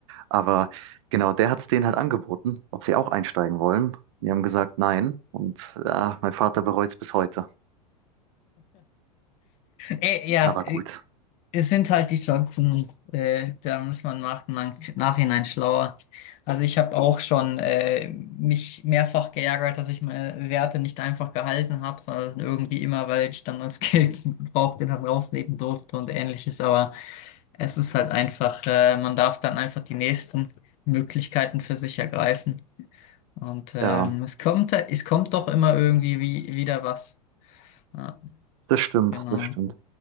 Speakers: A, on the right; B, on the left.
A: Aber genau, der hat es denen halt angeboten, ob sie auch einsteigen wollen. Die haben gesagt, nein. Und ja, mein Vater bereut es bis heute.
B: Äh, ja,
A: Aber gut.
B: äh, es sind halt die Chancen, äh, da muss man nach, nach, nachhinein schlauer. Also ich habe auch schon äh, mich mehrfach geärgert, dass ich meine Werte nicht einfach gehalten habe, sondern irgendwie immer, weil ich dann als Geld <laughs> gebraucht den dann rausnehmen durfte und ähnliches. Aber Es ist halt einfach, äh, man darf dann einfach die nächsten Möglichkeiten für sich ergreifen. Und ähm,
A: Ja,
B: es kommt, es kommt doch immer irgendwie wie, wieder was. Ja,
A: das stimmt,
B: genau.
A: das stimmt.